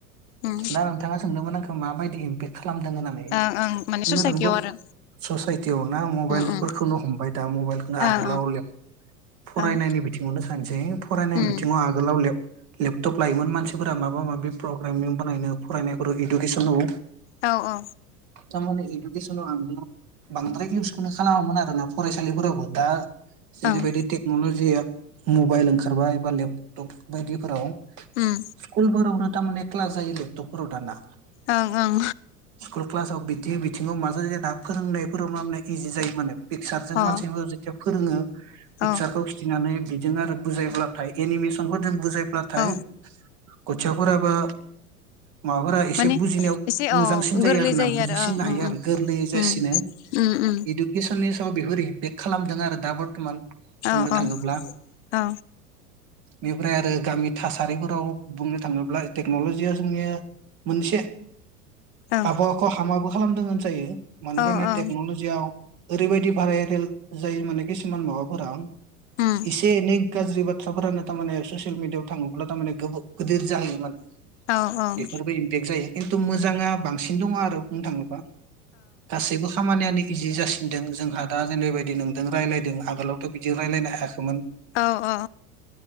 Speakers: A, on the left; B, on the right.
A: उम
B: ना नोंथाङा सोंदोंमोन आंखौ माबायदि इमपेक खालामदों होननानै
A: ओं ओं माने
B: बुंनोथांबा
A: ससाइटियाव आरो
B: ससाइटियाव ना मबाइलफोरखौनो
A: उम उम
B: हमबाय दा मबाइलखौनो
A: ओं
B: आगोलाव लेब फरायनायनि
A: ओं
B: बिथिङावनो सानसै फरायनायनि
A: ओं उम
B: बिथिङाव आगोलाव लेब लेपटप लाायोमोन मानसि फोरा माबा माबि प्रग्रामिं बानायनो फरायनायखौ इडुकेसनाव
A: औ औ
B: तारमाने इदुकेसनाव बांद्राय इउसखौनो खालामोमोन आरोना फरायसालिफोरावबो दा जेरबायायदि
A: ओं
B: टेक्नलजिया मबाइल ओंखारबाय बा लेपटप बायदिफोराव
A: उम
B: स्कुलफोरावनो तामाने क्लास जायो लेपटपफोराव दाना
A: ओं ओं।
B: स्कुल क्लासाव बिदि बिथिङाव मा जायोना फोरोंनायफोराव मावनाय इजि जायो माने । पिकचारजों
A: ओं
B: मानसिफोर जेथिया फोरोङो पिकचारखौ
A: अ
B: खिथिनानै बिजों आरो बुजायब्लाथाय एनिमेसनखौ जों बुजायब्लाथाय
A: औ
B: गथियाफोराबो माबाफोरा एसे
A: माने
B: बुजिनायाव
A: एसे
B: मोजांसिन
A: औ
B: जायो
A: गोरलै
B: आरो ना बुजिसिननो
A: ओं
B: हायो
A: उम
B: आरो
A: उम
B: गोरलै जासिनो
A: उम उम
B: इडुकेसननि सायाव बेफोरो बे खालाम दां आरो दा बर्थमान बुंनो
A: औ औ
B: थाङोब्ला
A: औ
B: बेनिफ्राय आरो गामि थासारिफोराव बुंनो थाङोब्ला टेक्न'लजिया जोंनिया मोनसे
A: औ
B: आबहावाखौ हामाबो खालामदों होनजायो मानो
A: औ
B: गारनाय
A: औ
B: टेक्न'लजियाव ओरैबायदि भायरेल जायो माने किसुमान माबाफोरा
A: उम
B: इसे एनै गाज्रि‌ बाथ फिसाफोरानो थारमाने ससियेल मिडिआव थाङोब्ला थारमाने गोबा गिदिर जाहैयो माने
A: औ औ ओं
B: बेफोरबो इम्पेक्ट जायो खिन्थु मोजाङा बांसिन दङ आरो नों थांङोबा? गासैबो खामानियानो इजि जासिनदों जोंहा । दा जेनेबायदि नों दों रायलायदों आगोलावथ बिदि रायलायनो थाखोमोन।
A: औ औ